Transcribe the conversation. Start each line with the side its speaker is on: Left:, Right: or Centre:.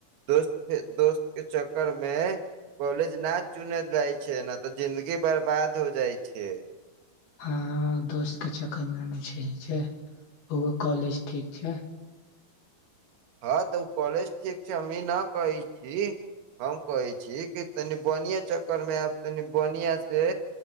Right: दोस्त दोस्त के चक्कर मे कॉलेज न चुनल जाइ छै ने तऽ जिंन्दगी बर्बाद हो जाइ छै
Left: हँ दोस्त के चक्कर मे छै ओ कॉलेज ठीक छै
Right: हँ तऽ ओ कॉलेज ठीक छै हमी न कहै छी हम कहै छी कि तनि बनीआ चक्कर मे आब तनि बढ़ियाँ से